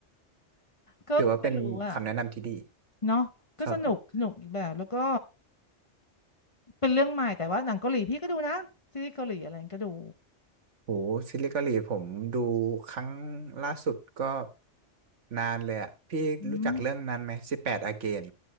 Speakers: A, on the left; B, on the right.
A: ก็ไม่รู้อ่ะ
B: ถือว่าเป็นคำแนะนำที่ดี
A: เนาะก็สนุกสนุกอีกแบบแล้วก็
B: ครับ
A: เป็นเรื่องใหม่แต่ว่าหนังเกาหลีพี่ก็ดูนะซีรีส์เกาหลีอะไรก็ดู
B: โหซีรีส์เกาหลีผมดูครั้งล่าสุดก็นานเลยอะพี่รู้จักเรื่องนั้นไหมสิบแปดอาเกน
A: อืม